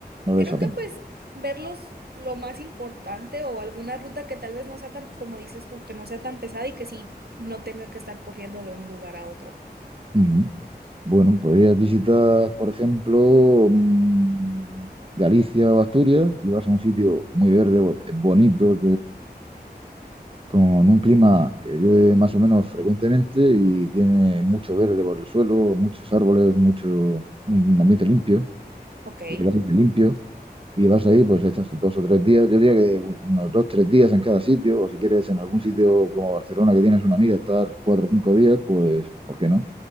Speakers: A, on the right (about 35°); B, on the right (about 70°).
A: No ves
B: Creo
A: apenas.
B: que pues verlos lo más importante o alguna ruta que tal vez no sea tan, como dices tú, que no sea tan pesada y que sí no tenga que estar corriendo de un lugar a otro.
A: Ujú. Bueno, podrías visitar, por ejemplo, mm, Galicia o Asturias y vas a un sitio muy verde, bo- bonito, con un clima que llueve más o menos frecuentemente y tiene mucho verde por el suelo, muchos árboles, mucho, un ambiente limpio,
B: Ok,
A: y el aire limpio, y vas ahí, pues estás dos o tres días, yo diría que unos dos, tres días en cada sitio, o si quieres en algún sitio como Barcelona que tienes una amiga, estar cuatro o cinco días, pues, ¿por qué no?